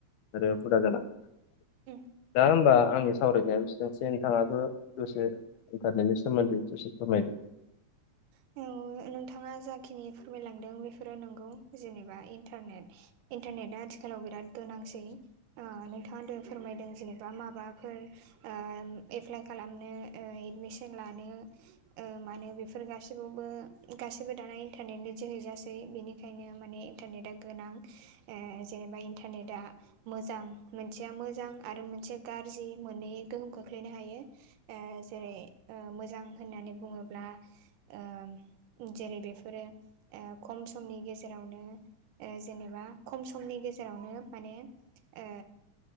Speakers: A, on the left; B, on the right.
A: आरो हुदा जालाङो
B: उम
A: दा होमबा आंनि सावरायनाया बेसेबनोसै नोंथाङाबो दसे इन्टारनेटनि सोमोन्दै दसे फोरमायदो।
B: औ नोंथाङा जाखिनि फोरमायलांदों बेफोरो नंगौ। जेनेबा इन्टारनेट इन्टारनेटआ आथिखालाव बिराद गोनांसै अ नोंथाङा फोरमायदों जेनेबा माबाफोर ओ एप्लाइ खालामनो ओ एडमिसन लानो ओ माने बेफोर गासि बो गासिबो दाना इन्टारनेटनि जोहैजासै बेनिखायनो माने इन्टारनेटआ गोनां। ओ जेनेबा इन्टारनेटआ मोजां मोनसेया मोजां आरो मोनसे गाज्रि मोननै गोहोम खोख्लैनो हायो। ओ जेरै ओ मोजां होननानै बुङोब्ला ओ जेरै बेफोरो खम समनि गेजेरावनो जेनेबा खम समनि गेजेरावनो माने ओ